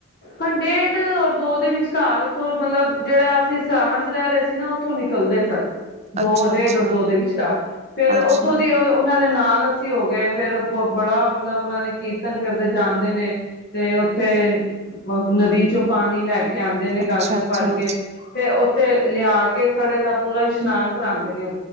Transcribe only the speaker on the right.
ਅੱਛਾ
ਅੱਛਾ
ਅੱਛਾ
ਅੱਛਾ
ਅੱਛਾ